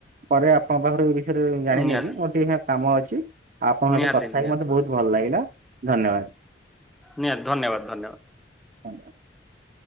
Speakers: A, on the right (about 50°); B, in the centre.
A: ପରେ ଆପଣଙ୍କ ପାଖରୁ ଜାଣିନେବି
B: ନିହାତି
A: ମୋର ଟିକେ କାମ ଅଛି ଆପଣଙ୍କହିତ
B: ନିହାତି
A: କଥା ହେଇକି
B: ନିହାତି
A: ମତେ ବହୁତ ଭଲ ଲାଗିଲା। ଧନ୍ୟବାଦ।
B: ନିହାତୀ ଧନ୍ୟବାଦ ଧନ୍ୟବାଦ।
A: <unintelligible>